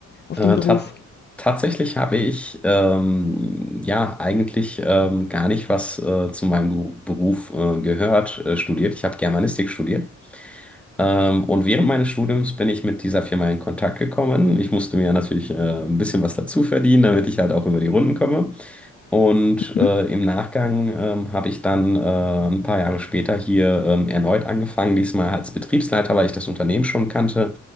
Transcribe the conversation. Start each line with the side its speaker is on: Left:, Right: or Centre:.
Left: auf
Centre: Äh,
Left: den Beruf?
Centre: ta tatsächlich habe ich ähm, ja eigentlich ähm, gar nicht was äh, zu meinem Beruf äh, gehört, äh, studiert. Ich habe Germanistik studiert. Ähm, und während
Left: Mhm,
Centre: meines Studiums bin ich mit dieser Firma in Kontakt gekommen. Ich musste mir natürlich äh, ein bisschen was dazu verdienen, damit ich halt auch über die Runden komme. Und
Left: mhm.
Centre: äh, im Nachgang ähm, habe ich dann äh, ein paar Jahre später hier ähm, erneut angefangen, diesmal als Betriebsleiter, weil ich das Unternehmen schon kannte